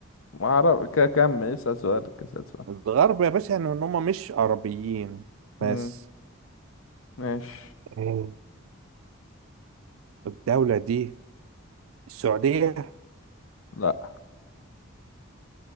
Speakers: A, on the left; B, on the right.
A: ما اعرف ك- كمل اسأل سؤالك اسأل سؤال
B: الغرب يا باشا يعني ان هم مش عربيين
A: امم
B: بس
A: ماشي
B: إيه. الدولة دي السعودية
A: لا